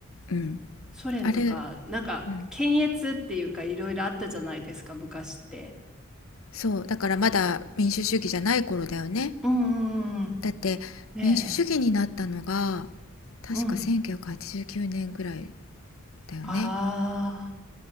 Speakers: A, on the left; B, in the centre.
A: うん。
B: ソ連とか、
A: あれ、
B: なんか、
A: うん。
B: 検閲っていうかいろいろあったじゃないですか、昔って。
A: そう、だからまだ民主主義じゃない頃だよね。
B: うんうんうん。
A: だって民主主義になったのが、
B: ね
A: 確か1989年ぐらい
B: え。うん。
A: だよね。
B: ああ。